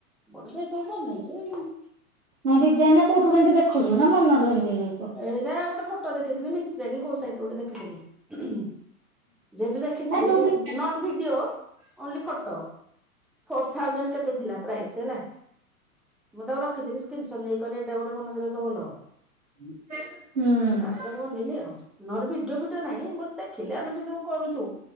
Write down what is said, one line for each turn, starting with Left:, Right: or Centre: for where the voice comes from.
Centre: ବଡ଼ <unintelligible> <unintelligible>
Right: ନାଇଁ ଡିଜାଇନ୍ କୋଉଠୁ କେମିତି ଦେଖୁଚୁ ନାମନରୁ ହେମିତି
Centre: ଏଇରା ଗୋଟେ ଫଟୋ ଦେଖିଥିଲି ମିନ୍ତାକି କୋଉ ସାଇଟିରୁ ଗୋଟେ ଦେଖିଥିଲି। ଯେହେତୁ ଦେଖିଥିଲି
Right: ନାଇଁ ଯୋଉଠି
Centre: not video only photo four thousand କେତେ ଥିଲା ପ୍ରାଇସ୍ ହେଲା ମୁଁ ତାକୁ ରଖିଥିଲି ସ୍କ୍ରିନ୍ ସଟ୍ ନେଇ କହିଲ ଏଇଟା ଗୋଟେ ବନେଇଦେଲେତ ଭଲ ହବ।
Right: ହୁଁ।
Centre: ତାପରେ ତାକୁ ବନେଇଲି ଆଉ ନହେଲେ ଭିଡିଓ ଫିଡିଓ ନାହିଁ ବଟ୍ ଦେ ଖିଲେ ଆମେ ଯଦି କରୁଚୁ